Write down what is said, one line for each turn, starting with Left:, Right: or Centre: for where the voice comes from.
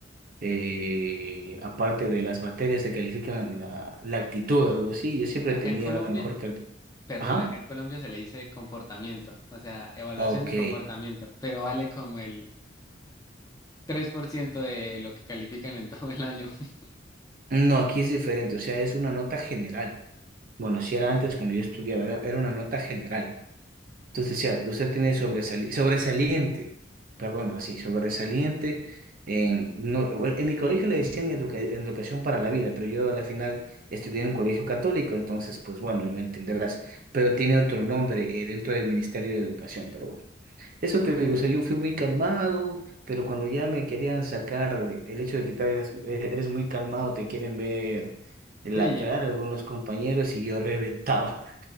Right: eh, aparte de las materias que califican la, la actitud, algo así, yo siempre
Left: Acá
Right: tenía
Left: en Colombia,
Right: la mejor calidad.
Left: perdón,
Right: Ajá,
Left: acá en Colombia se le dice comportamiento, o sea, evaluación
Right: ok.
Left: de comportamiento, pero vale como el 3% de lo que califican en <laughs> todo el año. <laughs>
Right: No, aquí es diferente, o sea, es una nota general. Bueno, si era antes cuando yo estudiaba, era, era una nota general. Entonces, ya, usted tiene sobresali- sobresaliente, perdón, así, sobresaliente en, no, bueno, en mi colegio le decían educa- educación para la vida, pero yo a la final estudié en un colegio católico, entonces, pues bueno, y me entenderás, pero tiene otro nombre eh, dentro del Ministerio de Educación, pero bueno. Eso te digo, o sea, yo fui muy calmado, pero cuando ya me querían sacar de- el hecho de que tal vez eres muy calmado, te quieren ver en
Left: Sí,
Right: la cara algunos compañeros y yo reventaba.